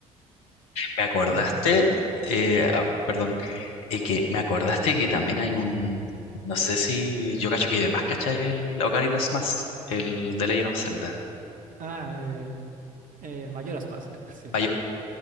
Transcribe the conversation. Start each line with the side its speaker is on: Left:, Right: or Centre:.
Left: Me acordaste,
Right: En,
Left: eh, ah, perdón, eh, que me acordaste que también hay un, no sé si yo cacho que además cachai el Ocarina of Mask, el de Legend of Zelda.
Right: ah, el, el Majora's Mask, <laughs> sí.
Left: Hay-